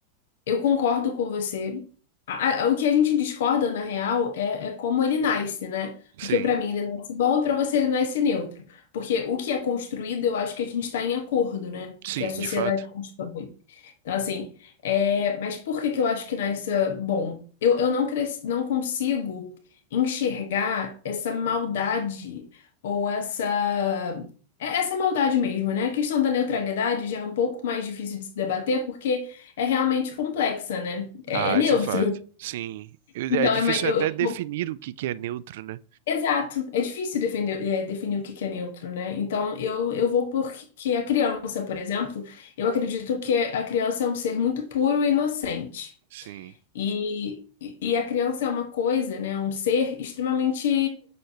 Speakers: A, on the left; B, on the right.
A: Eu concordo com você. A- a- o que a gente discorda, na real, é, é como ele nasce, né? Porque
B: Sim,
A: pra mim ele nasce bom e pra você ele nasce neutro. Porque o que é construído, eu acho que a gente tá em acordo, né?
B: sim,
A: O que a sociedade
B: de fato.
A: constrói. Então, assim, é... mas por que que eu acho que Knives é bom? Eu, eu não, cres... não consigo enxergar essa maldade ou essa. é Essa maldade mesmo, né? A questão da neutralidade já é um pouco mais difícil de se debater porque é realmente complexa, né? É,
B: Ah,
A: é neutro.
B: de fato. Sim. Eu-
A: Então,
B: É difícil
A: é mais... eu,
B: até
A: eu-
B: definir o que que é neutro, né?
A: Exato. É difícil defender, é, definir o que que é neutro, né? Então, eu, eu vou porque a criança, por exemplo, eu acredito que a criança é um ser muito puro e inocente.
B: Sim.
A: E, e a criança é uma coisa, né? Um ser extremamente